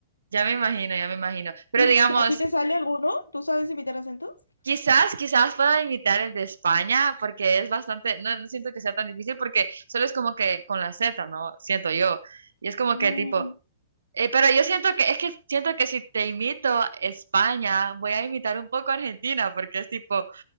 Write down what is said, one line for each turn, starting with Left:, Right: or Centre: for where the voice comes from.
Right: ya me imagino, ya me imagino. Pero
Left: <laughs>
Right: digamos,
Left: ¿A ti te sale alguno? ¿Tú sabes imitar acentos?
Right: quizás, quizás pueda imitar el de España, porque es bastante, no, no siento que sea tan difícil, porque solo es como que con la Z, ¿no? Siento yo. Y es como
Left: Mm,
Right: que tipo, Eh, pero yo siento que, es que siento que si te imito España, voy a imitar un poco Argentina, porque es tipo, <laughs> o